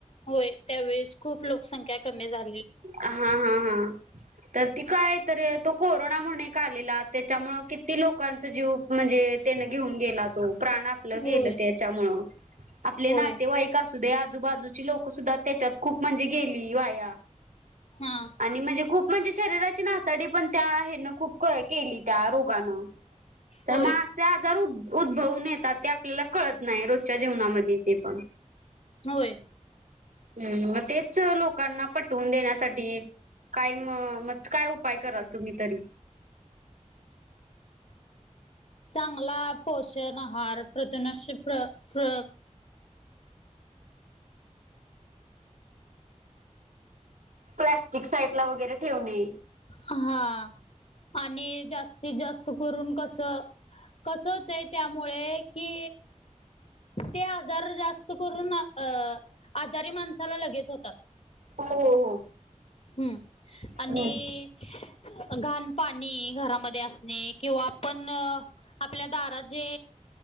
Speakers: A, on the left; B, on the right.
A: होय... त्यावेळेस खूप लोकसंख्या कमी झा
B: हा हा हा. तर ती काय... त... तो कोरोना म्हणून एक आलेला... त्याच्यामुळं किती लोकांचा जीव म्हणजे त्यानं घेऊन गेला तो... प्राण आपलं
A: होय.
B: गेलं त्याच्यामुळं... आपले
A: होय.
B: नातेवाईक का असू दे... आजूबाजूची लोकं सुद्धा त्याच्यात खूप म्हणजे गेली... वाया
A: हा.
B: आणि म्हणजे खूप म्हणजे... शरीराची नासाडी पण... त्या हेनं... खूप केली... त्या रोगानं तर
A: होय.
B: मग असे आजार उद... उद्भवून येतात... ते आपल्याला कळत नाई... रोजच्या जेवणामध्ये ते पण
A: होय.
B: हम्म... मग तेच लोकांना पटवून देण्यासाठी... काय म... म काय उपाय कराल तुम्ही तरी
A: चांगला... पोषण आहार... प्रदुनाशी... प्र... प्र
B: प्लॅस्टिक साईटला वगैरे ठेवणे.
A: हा... आणि जास्तीत जास्त करून कसं कसं... होतंय... त्यामुळे कि... ते आजार जास्त करून... अं आजारी माणसाला लगेच होतात.
B: हो हो हो.
A: हम्म... आणि
B: हम्म.
A: घाण पाणी... घरामध्ये असणे... किंवा आपण आपल्या दारात जे